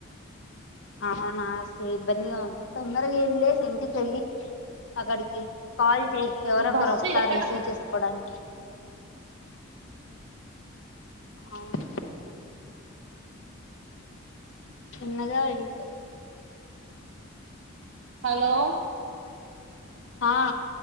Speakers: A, on the left (about 60°); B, on the right (about 65°).
A: అవునా స. ఇబ్బందిగా తొందరగా వెళ్ళసి ఇంటికి వెళ్ళి అక్కడికి కాల్ చేయి ఎవరొ
B: ఈ
A: ఒకరు
B: బస్సు
A: వస్తారు
B: ఇరకట
A: రిసీవ్ చేసుకోడానికి. అవునా చిన్నదే వేల్
B: హలో
A: ఆ